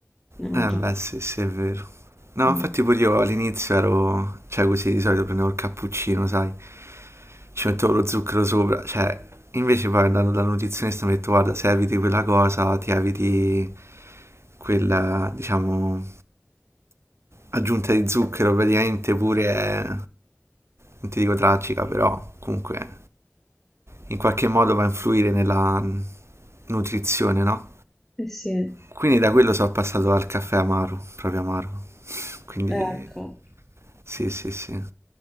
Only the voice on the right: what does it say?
Eh
beh sì, sì, è vero. No,
infatti pure io all'inizio ero, cioè così di solito prendevo il cappuccino, sai, ci mettevo lo zucchero sopra, cioè invece poi andando dal nutrizionista mi ha detto guarda, se eviti quella cosa, ti eviti quella, diciamo, aggiunta di zucchero, praticamente pure, è- non ti dico tragica, però comunque in qualche modo va a influire nella nutrizione, no?
Quindi da quello sono passato al caffè amaro, proprio amaro. <laughs> Quindi
sì, sì, sì.